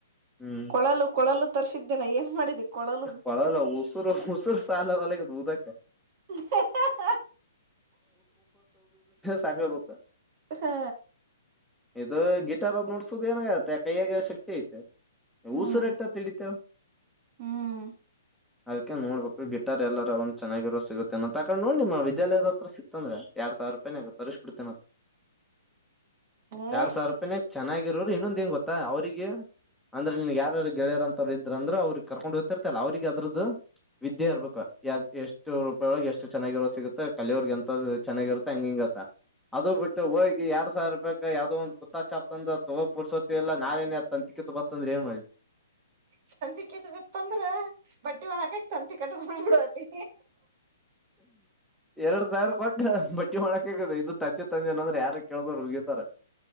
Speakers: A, in the centre; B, on the right.
A: ಹ್ಮ್
B: ಕೊಳಲು ಕೊಳಲು ತರಿಸಿದ್ದೇಲ್ಲ ಏನ್ ಮಾಡಿದಿ ಕೊಳಲು
A: ಕೋಳಲ್ ಉಸುರು ಉಸುರು ಸಾಲ ಒಲ್ಲೆಗದ ದಕ್ಕ
B: ಹ್ಮ್ಮ್.
A: ಸಾಗ ಬಕ
B: ಹಾ
A: ಇದು ಗಿಟಾರ್ ನುಡಿಸುದು ಏನಾಗತ್ತೆ ಕೈಯಾಗ ಶಕ್ತಿ ಐತೆ
B: ಹ್ಮ್
A: ಉಸುರಟ್ಟ ಎಷ್ಟ ಅಂತ ಹಿಡಿತಿ ಹೇಳ
B: ಹ್ಮ್
A: ಅದಕ ನೋಡ್ಬೇಕು ಗಿಟಾರ್ ಎಲ್ಲಾರ ಒಂದ್ ಚೆನಾಗಿರೋ ಸಿಗುತ್ತೆ ಏನೋ ತಕೊಂಡ್ ನೋಡಿ ನಿಮ್ಮ ವಿದ್ಯಾಲಯದಗ ತ್ರ ಸಿಕ್ಂದ್ರೆ ಎರಡ್ ಸಾವಿರ ರೂಪಾಯಿನಾಗ ತರಿಸ್ಬಿಡ್ತೇನ
B: ಏ
A: ಎರಡ್ ಸಾವಿರ ರೂಪಾಯ ಚೆನ್ನಾಗಿರೋದ ಇರು ಇನ್ನೊಂದ ಏನ್ ಗೊತ್ತಾ ಅವ್ರರಿಗೆ ಅಂದ್ರೆ ನಿನ್ ಯಾರ ಗೆಳೆಯರ ಅಂತ ಅವ್ರು ಇದ್ರಂದ್ರರು ಅವ್ರಿಗೆ ಕರ್ಕೊಂಡ್ ತರ್ತೀಯಲ್ಲ ಅವ್ರರಿಗೆ ಅದ್ರದ್ದು ವಿದ್ಯೆ ಇರ್ಬೇಕು ಎಷ್ಟು ರೂಪಾಯಿಯೋಳಗೆ ಎಷ್ಟು ಚೆನ್ನಾಗಿರೋದ ಸಿಗುತ್ತೆ ಕಲ್ಲಿಯವರ್ಗ್ ಎಂತ ಚೆನ್ನಾಗಿ ಇರತ್ತೆ ಹಂಗ ಹಂಗ ಇರ್ತ್ತ ಅದು ಬಿಟ್ಟು ಹೋಗಿ ಎರಡ್ ಎರಡು ಸಾವಿರ್ ರೂಪಾಯಿಕ ಯಾವ್ದೋ ಒಂದು ಗುತ್ತಾ ಚಾಪ್ ತಂದ್ರ ತಗೋ ಪುರ್ಸೋತಿ ಇಲ್ಲ ನಾಳೆನೇ ತಂತಿಕ ಕಿತ್ತೊಗೋತ್ತ ಅಂದ್ರೆ ಏನ್ ಮಾಡಿಲಿ
B: ತಂತಿಕ್ಕತ್ ಬಿತ್ತಂದ್ರ ಬಟ್ಟೆ ಒಣಹಾಕಕ ತಂತಿ ಕಟ್ಟ ಬಂದ ಬಿಡತತಿ
A: ಎರಡ್ ಸಾವಿರ ಕೊಟ್ಟ ಬಟ್ಟಿ ಮಾಡಕ ಆಗ ಇದು ತಂದಜೆ ತಂದೆ ಅನಂದ್ರೆ ಯಾರ ಕೇಳಬರು ಉಗೀತಾರ